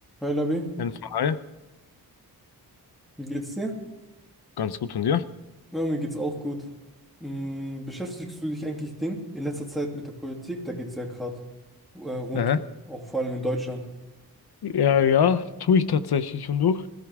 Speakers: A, in the centre; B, on the left.
A: Hi Labi,
B: Jens, hi,
A: wie geht's dir?
B: ganz gut von dir.
A: Ja, mir geht's auch gut. Hm, beschäftigst du dich eigentlich Ding in letzter Zeit mit der Politik? Da geht's ja gerade äh, rund,
B: Aha.
A: um, auch vor allem in Deutschland.
B: Ja, ja, tue ich tatsächlich. Und du?